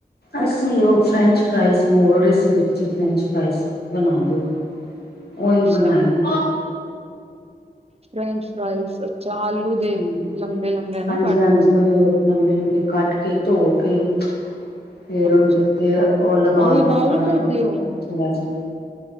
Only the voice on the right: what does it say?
ਅੱਛਾ
ਫਰੈਂਚ ਫਰਾਾਈਜ਼, ਅੱਛਾ ਆਲੂ ਦੇ
ਲੰਬੇ ਲੰਬੇ ਨਾ
ਕੱਟ
ਕੇ
ਅੱਛਾ
ਵੀ ਬਾਊਲ
ਕਰਦੇ
ਹੋ